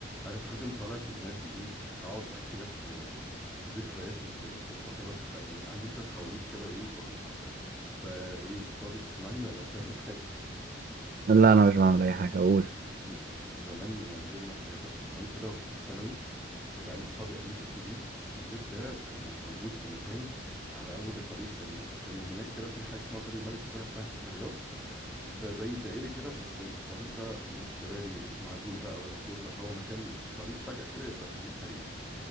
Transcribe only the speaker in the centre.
عارف حازم طالع في دماغي ايه اقعد احكي لك آه، ذكرياتي في في فترات الح... يعني عندي شويه حواديت كده ايه لطيفه فايه فاضي تسمعني ولا بتعمل حاجه
<laughs> بص زمان آه، من ضمن الحاجات اللي حصلت زمان كده واحنا في ثانوي العيال اصحابي قالوا لي ده في بيت البيت ده آه، موجود في مكان على اول الطريق السريع كان هناك كده في حاجه اسمها طريق الملك س- فهد في الرياض ده زي الدائري كده بس الطريق بقى مش كباري مش معزول بقى ولا سور لا هو مكان طريق فجاه كده يبقى طريق سريع